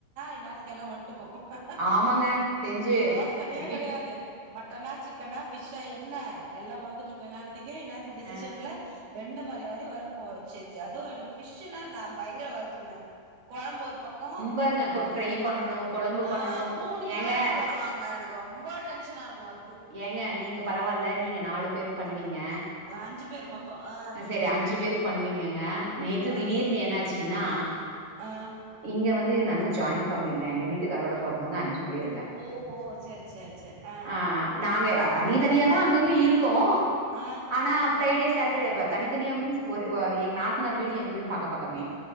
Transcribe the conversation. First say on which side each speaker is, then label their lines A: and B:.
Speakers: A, on the right (about 65°); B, on the right (about 35°).
A: இன்னேர்த்துக்கு எல்லாமே வன்ட்டுக்கு
B: ஆமாங்க செஞ்சு
A: யோசனயே
B: டிப்
A: கெடையாது மட்டனா சிக் சிக்கனா பிஷ்ஷா என்ன எல்லா வந்துட்ருக்கு இந்நேரத்துக்கே இந்நேரதுக்கு டிசிஷன்ல
B: ஆ
A: ரெண்டு மணி வர ஒர்க போக வச்சுச்சு அதுவு எனக்கு பிஷ்னா நா பயங்கர ஒர்க்குங்க கொழம்பு ஒரு பக்கம்
B: பாருங்க கொஞ்சோ ப்ரை பண்ணணு கொழம்பு
A: ஆ
B: பண்ணணு
A: மூணு கிலோ
B: ஏங்க
A: எடுத்துட்டு வருவாங்க எனக்கு ரொம்ப டென்ஷனாருக்கு ஒர்க்கு
B: ஏங்க நீங்க பரவால்ல
A: ஆ
B: நீங்க நாலு பேரு பண்ணுவீங்க
A: ஆ அஞ்சு பேர் மொத்தோ ஆ
B: அ செரி அஞ்சு பேருக்கு பண்ணுவீங்கங்க நேத்து
A: ஆ
B: திடீர்னு என்னாச்சின்னா
A: ஆ
B: இங்க வந்து நாங்க ஜாய்ன் ஃபேமிலிங்க எங்க வீட்டுக்காரோட பொறந்தவங்க அஞ்சு பேருங்க
A: ஓ சேர் சேர் சேர் அ
B: ஆ நாங்க தனி தனியாதா அங்கங்க இருக்கோ
A: ஆ
B: ஆனா ஃப்ரைடே சாட்டர்டே வ தனித்தனியா மீன்ஸ் ஒரு எங் நாத்தனார் வீடும் எங்க வீடும் பக்க பக்கமே